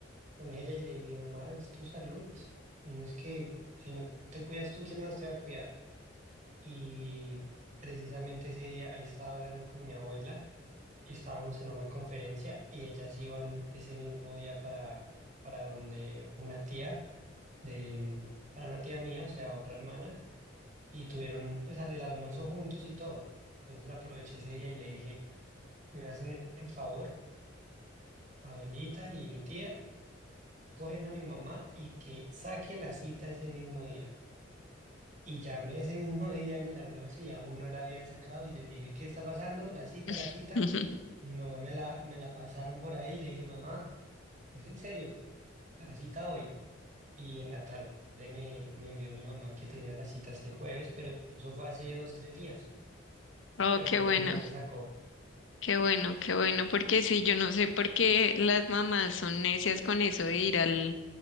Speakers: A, on the right; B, on the left.
A: con ella y le dije, mamá, es tu salud. Tienes que, si no te cuidas tú, ¿quién más te va a cuidar? Y precisamente ese día ahí estaba hablando con mi abuela y estábamos en una conferencia y ellas iban ese mismo día para, para donde una tía de, para una tía mía, o sea, otra hermana, y tuvieron pues al- el almuerzo juntos y todo. Entonces aproveché ese día y le dije, me hacen el el favor, abuelita y mi tía, cogen a mi mamá y que saque la cita ese mismo día. Y llamé ese mismo <laughs> día en el almuerzo y aún no la habían sacado y les dije, ¿qué está pasando? La cita,
B: <laughs>
A: la cita. Mi mamá me la, me la pasaron por ahí y le dije, mamá, ¿es en serio? la cita hoy y en la tarde me, me envió mi mamá que tenía la cita este jueves, pero eso fue hace dos, tres días,
B: Oh,
A: pero
B: qué
A: por
B: bueno,
A: fin la sacó.
B: qué bueno, qué bueno, porque sí, yo no sé por qué las mamás son necias con eso de ir al